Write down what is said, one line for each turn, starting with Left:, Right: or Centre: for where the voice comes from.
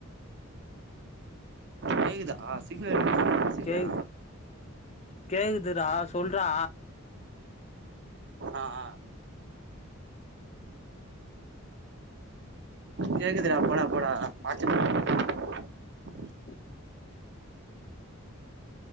Right: கேக்குதா சிக்னல் <inaudible> சரியா
Left: கே கேக்குதுடா சொல்றா
Right: ஆ ஆ கேக்குதுடா போடா போடா பாத்துனு <inaudible>
Left: <unintelligible>